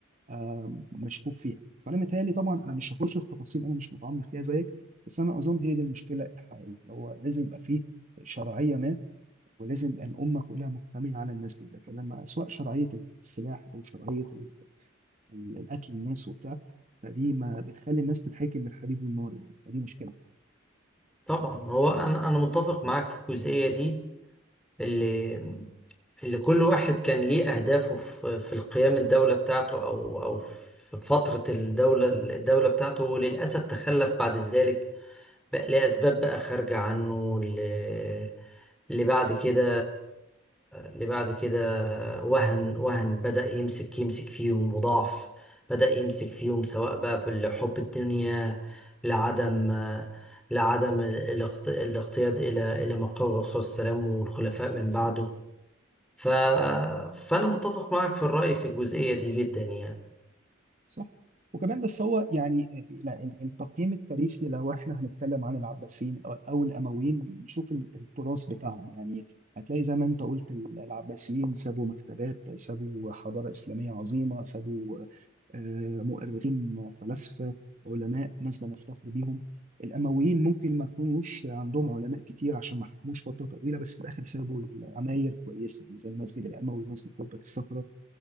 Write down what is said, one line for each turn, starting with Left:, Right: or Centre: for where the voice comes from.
Right: آه، مشكوك فيها فأنا متهيألي طبعا أنا مش هخش في تفاصيل أنا مش متعمق فيها زيك بس أنا أظن هي دي المشكلة الحقيقية اللي هو لازم يبقى فيه شرعية ما ولازم الأمة كلها مجتمعة على الناس دي لكن لما سواء شرعية السلاح أو شرعية ال- الاكل الناس وبتاع فدي ما بتخلي الناس تتحكم بالحليب والنار يعني فدي مشكله
Centre: طبعا هو أنا أنا متفق معاك في الجزئية دي اللي اللي كل واحد كان ليه أهدافه في في القيام الدولة بتاعته أو أو في فترة الدولة الدولة بتاعته وللأسف تخلف بعد ذلك بقى لأسباب بقى خارجة عنه ل- اللي بعد كده اللي بعد كده وهن وهن بدأ يمسك يمسك فيهم وضعف بدأ يمسك فيهم سواء بقى لحب الدنيا لعدم لعدم الاقت- الاقتياد إلى إلى مقام الرسول صلى الله عليه وسلم والخلفاء
Right: نسأل
Centre: من
Right: الله السلامة.
Centre: بعده ف... فأنا متفق معك في الرأي في الجزئية دي جدا يعني
Right: صح وكمان بس هو يعني لا، ال- التقييم التاريخي لو احنا هنتكلم عن العباسيين او أو الامويين نشوف ال- التراث بتاعهم يعني هتلاقي زي ما انت قلت ال- العباسيين سابوا مكتبات سابوا حضارة إسلامية عظيمة سابوا آه، مؤرخين فلاسفة علماء ناس بنفتخر بيهم الأمويين ممكن ما يكونوش عندهم علماء كتير عشان ما حكموش فترة طويلة بس في الآخر سابوا عماير كويسة يعني زي المسجد الأموي مسجد قبة الصخرة